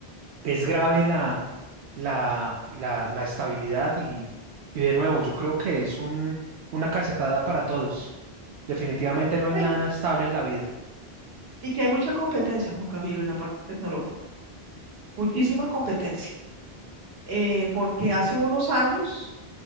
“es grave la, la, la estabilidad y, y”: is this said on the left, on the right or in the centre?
Right